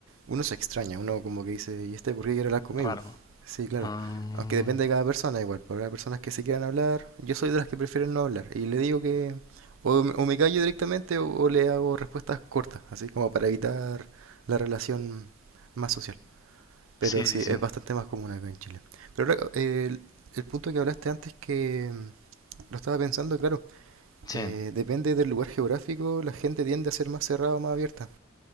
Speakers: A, on the right; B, on the left.
A: uno se extraña, uno como que dice, ¿y este por qué quiere hablar conmigo?
B: raro.
A: Sí, claro.
B: Ah,
A: Aunque depende de cada persona igual, porque habrá personas que se quieran hablar, yo soy de las que prefieren no hablar, y le digo que o, me- o me callo directamente o, o le hago respuestas cortas, así como para evitar la relación más social. Pero
B: sí,
A: sí,
B: sí, sí.
A: es bastante más común acá en Chile. Pero ahora, eh, el, el punto que hablaste antes que mm, lo estaba pensando, claro,
B: Sí,
A: eh, depende del lugar geográfico, la gente tiende a ser más cerrada o más abierta.